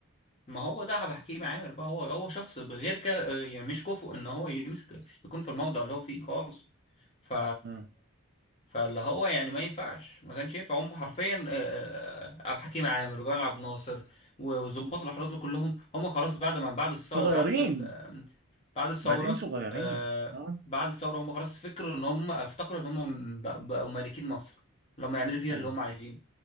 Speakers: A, on the left (about 30°); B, on the right (about 50°).
A: ما هو ده بحكيه مع عامر بقى هو هو شخص بغير كده آه، يعني مش كفؤ ان هو يمسك يكون في الموضع اللي هو فيه خالص ف
B: مم.
A: فاللي هو يعني ما ينفعش ما كانش ينفع هم حرفيا آه، عبد الحكيم عامر وجمال عبد الناصر و- وظباط الاحرار دول كلهم هم خلاص بعد ما بعد الثوره
B: صغيرين
A: بعد ال... آه، بعد الثوره
B: بادئين صغيرين
A: آه،
B: ها
A: بعد الثوره هم خلاص فكروا ان هم افتكروا ان هم بق- بقوا مالكين مصر اللي هم يعملوا فيها
B: ايوه
A: اللي هم عايزينه